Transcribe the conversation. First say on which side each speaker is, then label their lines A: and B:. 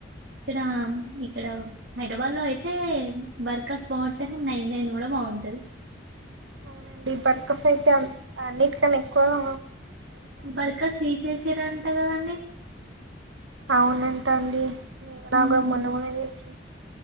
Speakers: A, on the right; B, on the right.
A: ఇక్కడ ఇక్కడ హైదరాబాద్ లో అయితే బర్ఖస్ బాగుంటే కానీ నైన్ నైన్ కూడా బాగుంటుది.
B: అవునం బర్కాస్ అయితే ఆహ్ ఆనీట్ నేన్ ఎకువగా
A: బర్కా థీసేసిరాన్ అంతే కదండి
B: అవునంటా అండి నాకు
A: మ్మ్
B: కూడా మొన్న మొన్నన్నే తెలిసి